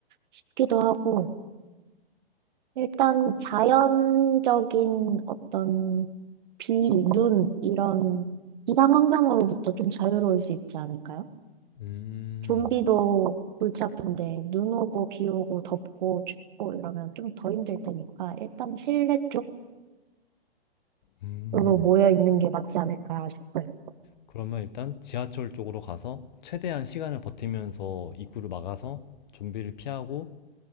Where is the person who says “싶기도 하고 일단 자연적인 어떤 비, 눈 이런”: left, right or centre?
Right